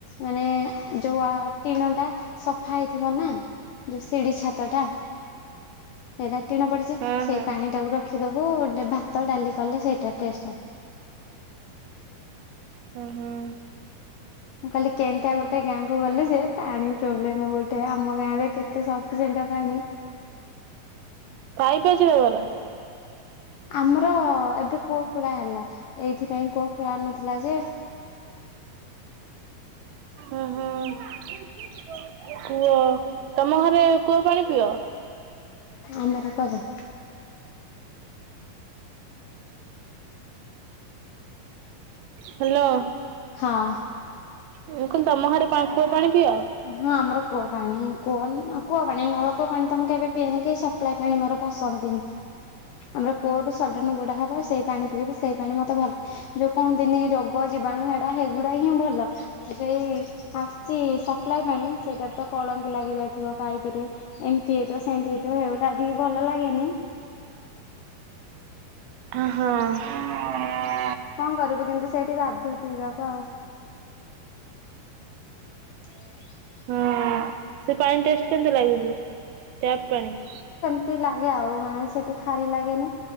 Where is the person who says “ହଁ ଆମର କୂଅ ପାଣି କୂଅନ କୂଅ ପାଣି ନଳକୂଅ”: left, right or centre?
Left